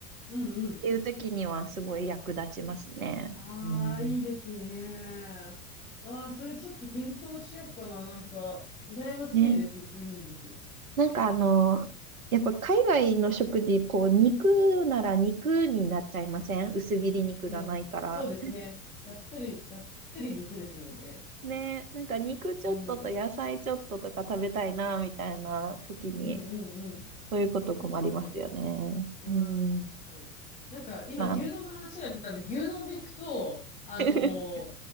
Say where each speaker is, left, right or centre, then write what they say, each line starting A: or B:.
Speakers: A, on the left; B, on the right.
A: うんうん。
B: っていう時にはすごい役立ちますね。
A: ああ、
B: うん。
A: いいですね。ああ、それちょっと検討しようかな。なんか、羨ましいです、
B: ね。
A: 杉肉。
B: なんかあの、やっぱ海外の食事、こう、肉なら肉になっちゃいません薄切り肉がないから。
A: うん。そうですね。がっつり、がっつり肉ですもんね。
B: ね。なんか肉ちょっとと野菜ちょっととか食べたいな、
A: うん。
B: みたいな時に、
A: うんうんうん。
B: そういうこと困りますよね。
A: 確かに。うん、
B: うん。
A: 確かに。なんか、今、
B: まあ。
A: 牛丼の話が出たんで、牛丼で行くと、あのー
B: <laughs>